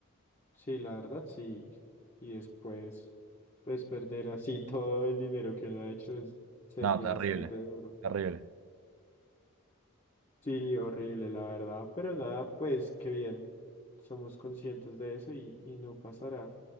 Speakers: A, on the left (about 30°); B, on the right (about 65°).
A: sí, la verdad, sí. Y después, pues, perder así <laughs> todo el dinero que uno ha hecho es- sería
B: No, terrible,
A: bastante duro.
B: terrible.
A: Sí, horrible, la verdad, pero nada, pues, qué bien. Somos conscientes de eso y, y no pasará.